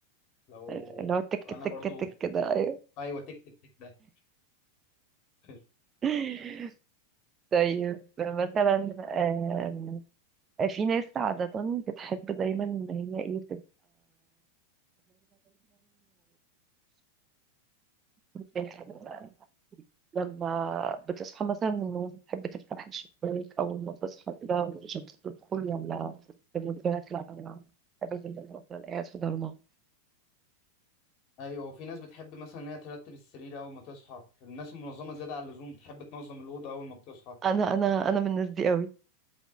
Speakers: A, on the left; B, on the right.
A: لو
B: اللي هو تك
A: انا
B: تك
A: برضو
B: تك ده ايوه
A: ايوه تك تك تك ده <laughs>
B: <laughs> طيب مثلا آم، في ناس عادة بتحب دايما ان هي ايه تبقى لما بتصحى مثلا من النوم بتحب تفتح الشباك أول ما تصحى كده والشمس تدخل ولا بالنسبة لك لأ أنا بحب جدا أفضل قاعد في ضلمة
A: ايوه وفي ناس بتحب مثلا ان هي ترتب السرير اول ما تصحى الناس المنظمه زياده عن اللزوم بتحب تنظم الاوضه اول ما بتصحى
B: أنا أنا أنا من الناس دي قوي